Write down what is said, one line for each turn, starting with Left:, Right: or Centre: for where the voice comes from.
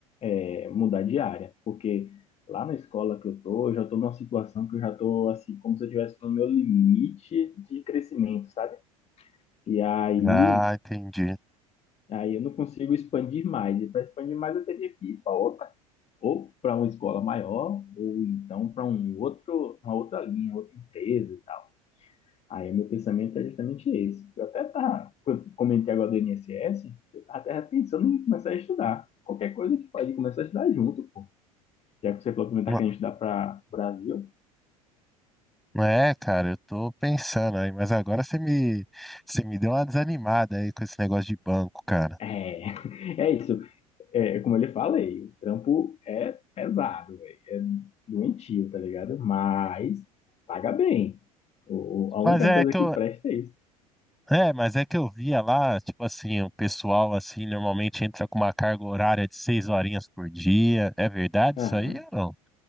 Left: é, mudar de área, porque lá na escola que eu tô, eu já tô numa situação que eu já tô assim, como se eu estivesse no meu limite de crescimento, sabe? E aí,
Centre: Ah, entendi.
Left: aí eu não consigo expandir mais. E para expandir mais eu teria que ir para outra, ou para uma escola maior, ou então para um outro, uma outra linha, outra empresa e tal. Aí meu pensamento é justamente esse. Eu até tá, quando comentei agora do INSS, eu tava até pensando em começar a estudar. Qualquer coisa a gente pode começar a estudar junto, pô. Já que você falou que não está
Centre: Não
Left: querendo estudar para Brasil,
Centre: É, cara, eu tô pensando aí, mas agora você me, você me deu uma desanimada aí com esse negócio de banco, cara.
Left: é, <laughs> é isso. É, como eu lhe falei, o trampo é pesado, véi, é doentio, tá ligado? Mas paga bem. O, o- a
Centre: Mas
Left: única
Centre: é
Left: coisa
Centre: que
Left: que
Centre: eu,
Left: presta é isso.
Centre: é, mas é que eu via lá, tipo assim, o pessoal assim normalmente entra com uma carga horária de seis horinhas por dia. É verdade
Left: Aham.
Centre: isso aí ou não?